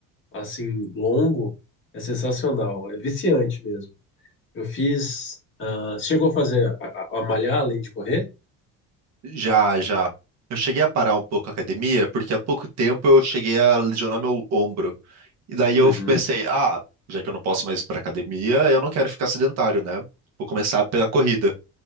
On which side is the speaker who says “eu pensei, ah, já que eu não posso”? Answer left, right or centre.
Right